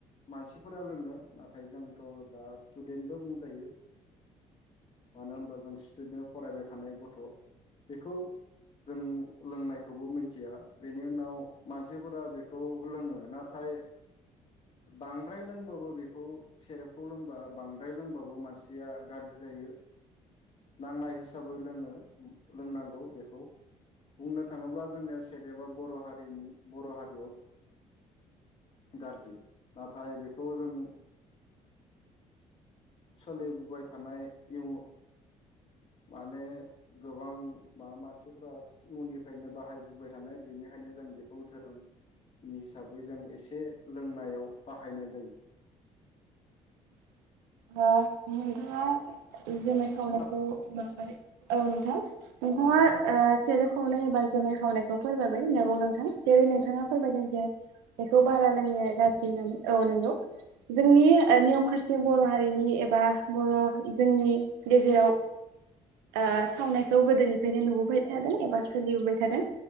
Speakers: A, on the left; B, on the right.
A: मानसिफोरा लोङो नाथाय जोंथ दा स्टुदेन्टबो बुंजायो। मानो होनबा जों स्टुडे फरायबाय थानाय गथ बेखौ जों लोंनायखौबो मिनथिया बेनि उनाव मानसिफोरा बेखौ लोङो नाथाय बांद्राय लोंबाबो बेखौ सेरेबखौ लोंबा बांद्राय लोंबाबो मानसिया गाज्रि जायो नांनाय हिसा हिसाबै लोङो लोंनांगौ बेखौ। बुंनो थाङोब्ला जोंनिया सेरेबा बर' हारिनि बर' हारियाव गाज्रि नाथाय बेखौ जों सोलिबोबाय थानाय इउन माने गोबां बा मानसिफोरा इुननिफ्रायनो बाहायबोबाय थानाय बेनिखायनो जों बेखौ धोरोमनि हिसाबै जों एसे लोंनायाव बाहायनाय जायो।
B: <unintelligible> जुमाय खावनायखौ
A: नङा
B: माबारै ओ नोंथां नोंथाङा ओ सेरेब खावनाय एबा जुमाय खावनायखौ फोरमायबाय नंगौ नोंथां जेरै नोंथाङा फोरमायदों जे बेखौ बारा लोंनाया गाज्रि होननानै औ नंगौ। जोंनि ओ नियम खान्थि बर हारिनि एबा बर जोंनि गेजेराव ओ सावनायखौ गोदोनिफ्रायनो नुबोबाय थादों एबा सोलिबोबाय थादों।